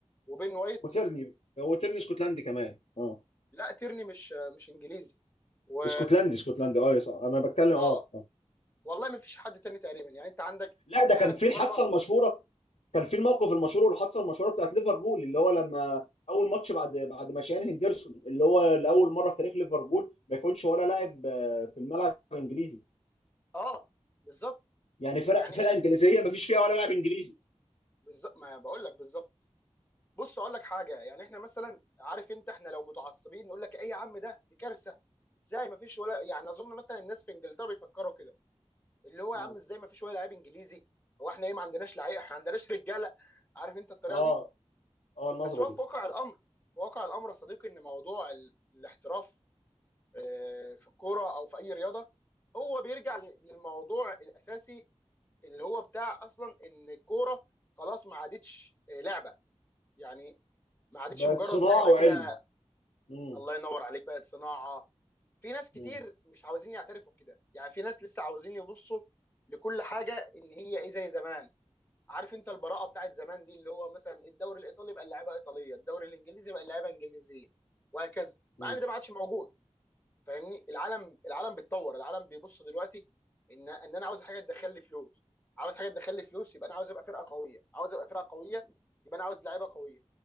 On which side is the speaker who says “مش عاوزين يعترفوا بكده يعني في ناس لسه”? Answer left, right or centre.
Left